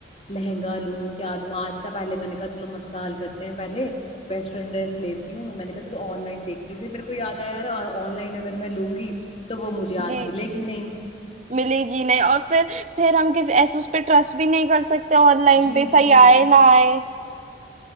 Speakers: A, on the left; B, on the right.
A: لہنگا لوں کیا لوں آج کا پہلے میں نے کہا چلو مس سال کرتے ہیں پہلے ویسٹرن ڈریس لیتی ہوں میں نے کہا چلو آن لائن دیکھتی ہوں پھر میرے کو یاد آیا یار اور آن لائن اگر میں لوں گی تو وہ مجھے
B: جی
A: آج ملے گی نہیں
B: ملے گی نہیں اور پھر پھر ہم ایسے اس پہ ٹسٹ بھی نہیں کر سکتے تو آن لائن
A: جی
B: پہ ص
A: جی
B: ہی ہے نہ ہے <unintelligible>